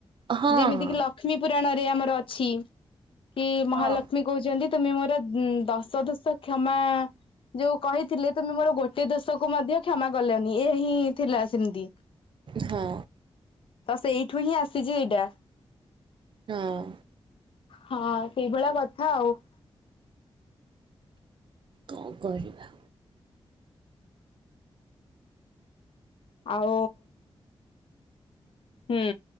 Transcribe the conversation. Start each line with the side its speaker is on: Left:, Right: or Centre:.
Right: ହଁ ହଁ।
Left: ଯେମିତି କିି ଲକ୍ଷ୍ମୀ ପୁରାଣରେ ଆମର ଅଛି। କି ମହାଲକ୍ଷ୍ମୀ
Right: ହଁ।
Left: କହୁଛନ୍ତି ତୁମେ ମୋର ଦଶ ଦୋଷ କ୍ଷମା ଯୋଉ କହିଥିଲେ ତମେ ମୋର ଗୋଟେ ଦୋଷକୁ ମଧ୍ୟ କ୍ଷମା କଲନି ଏହା ହିଁ ଥିଲା ସେମିତି।
Right: ହଁ।
Left: ତ ସେଇଠୁ ହିଁ ଆସିଛି ଏଇଟା।
Right: ହଁ।
Left: ହଁ ସେଇଭଳିଆ କଥା ଆଉ।
Right: କଣ କରିବା।
Left: ଆଉ ହୁଁ